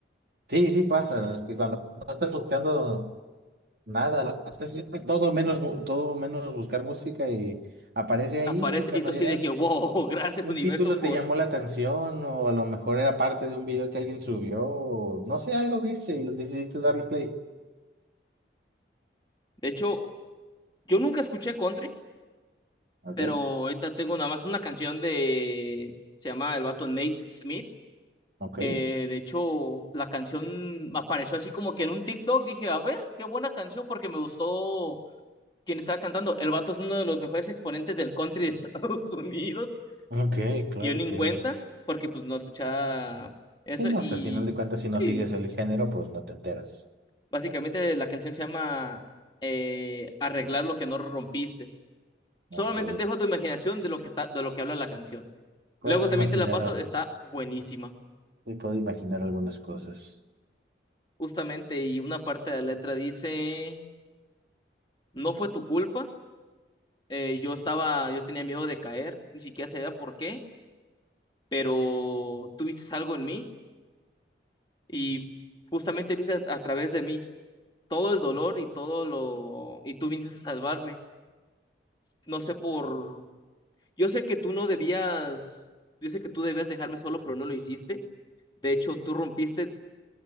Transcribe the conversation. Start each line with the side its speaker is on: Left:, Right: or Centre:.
Right: Sí, sí pasa, que cuando no estás buscando nada, hasta siempre todo menos, mu- todo menos buscar música y aparece ahí
Left: Aparece
Right: de casualidad,
Left: y tú así de que, wow, <laughs> gracias
Right: un
Left: universo
Right: título
Left: por...
Right: te llamó la atención o a lo mejor era parte de un video que alguien subió, o no sé, algo viste y lo decidiste darle play.
Left: De hecho, yo nunca escuché country,
Right: Ok,
Left: pero ahorita tengo nada más una canción de... Se llama el vato Nate Smith.
Right: ok,
Left: Eh, de hecho, la canción apareció así como que en un TikTok. Dije, a ver, qué buena canción porque me gustó quien estaba cantando, el vato es uno de los mejores exponentes del country de Estados <laughs> Unidos.
Right: ok, claro,
Left: Y yo ni en
Right: claro.
Left: cuenta, porque pues no escuchaba eso.
Right: Sí, no,
Left: Y
Right: o sea, al final de cuentas si no
Left: sí,
Right: sigues el género, pues no te enteras.
Left: básicamente la canción se llama eh, Arreglar lo que no rompiste. Solamente
Right: Ok,
Left: te dejo tu imaginación de lo que está, de lo que habla la canción.
Right: puedo
Left: Luego también
Right: imaginar,
Left: te la paso,
Right: al-
Left: está buenísima.
Right: sí, puedo imaginar algunas cosas.
Left: Justamente, y una parte de la letra dice, no fue tu culpa. eh, yo estaba, yo tenía miedo de caer, ni siquiera sabía por qué, pero tuviste algo en mí y justamente viste a, a través de mí todo el dolor y todo lo... y tú viniste a salvarme. No sé por... Yo sé que tú no debías, yo sé que tú debías dejarme solo, pero no lo hiciste. De hecho, tú rompiste,